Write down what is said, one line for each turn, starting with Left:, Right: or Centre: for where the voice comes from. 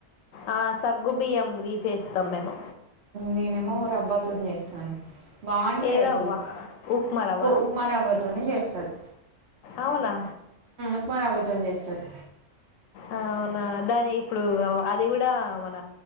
Left: ఆ, సగ్గు బియ్యం ఇవి చేస్తాం మేము
Right: నేనేమో రవ్వ తోని చేస్తాను, బాగుంటాయి
Left: ఏ రవ్వ
Right: అసలు
Left: ఉప్మా రవ్వ
Right: ఉప్మా రవ్వతోనే చేస్తారు,
Left: అవునా
Right: ఉప్మా రవ్వతో చేస్తారు,
Left: అ అవునా దాని ఇప్పుడు అది కూడా మన